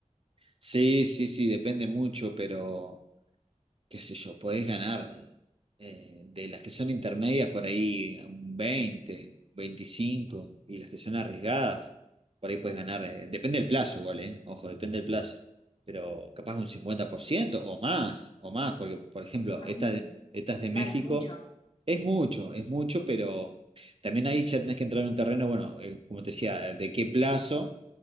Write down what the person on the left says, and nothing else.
Ah,
Claro,
es mucho.